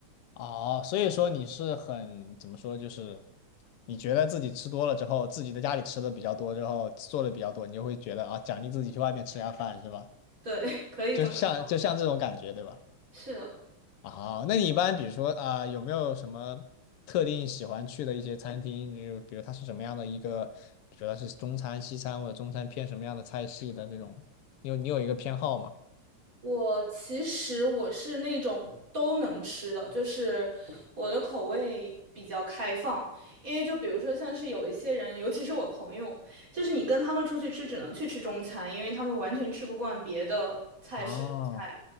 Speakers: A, on the left; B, on the right.
A: 哦，所以说你是很，怎么说，就是你觉得自己吃多了之后，自己在家里吃的比较多之后，做的比较多，你就会觉得啊，奖励自己去外面吃下饭是吧？
B: 对，<laughs> 可以这么说，
A: 就像就像这种感觉，对吧？
B: 是。
A: 啊，那你一般比如说啊、有没有什么特定喜欢去的一些餐厅？就比如它是什么样的一个，比如它是中餐、西餐，或者中餐偏什么样的菜系的这种？你有你有一个偏好吗？
B: 我其实我是那种都能吃的，就是我的口味比较开放。因为就比如说像是有一些人，尤其是我朋友，就是你跟他们出去吃，只能去吃中餐，因为他们完全吃不惯别的菜式的菜。
A: 啊，